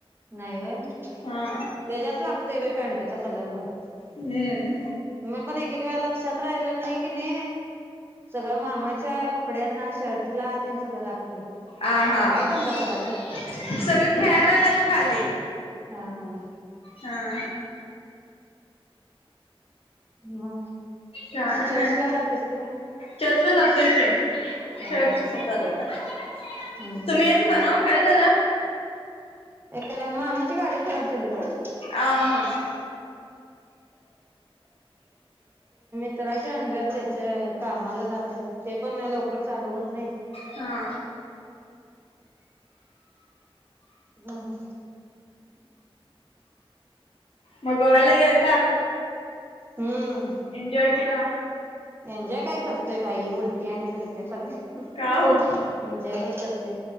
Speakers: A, on the right; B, on the left.
A: नाही व्हय
B: हा
A: तेच्याच लागतोय पॅन्टचा कलर भरपूर
B: हम्म
A: मी पण एक ते काय लक्षात राहिल नाही किनी सगळं मामाच्या कपड्यांना शर्टला तेन सगळं लागतय
B: आ हा
A: काय
B: सगळं
A: दंगा कराल्यात
B: खेळायला आलेत खाली
A: हा हा
B: हा
A: मग
B: काय
A: चर्चला
B: नाही
A: जातेस की नाही
B: चर्च ला जातोय की
A: हा
B: चर्च
A: हा.
B: चुकवून चालत नाही
A: हम्म
B: तूम्ही येत होता नव्हं काय झालं
A: येथे मामाची गाडी खराब झाली गं
B: आहा!
A: मित्राची आणल्यात तेच्या कामाला जातात ते पण लवकर चालू होत नाही
B: हा
A: हम्म
B: मग गोव्याला गेलता
A: हम्म
B: एन्जॉय केला
A: एन्जॉय काय करतोय बाई उलट्या आणि बिलत्या सगळ्या
B: का हो
A: हम जय चालतय ते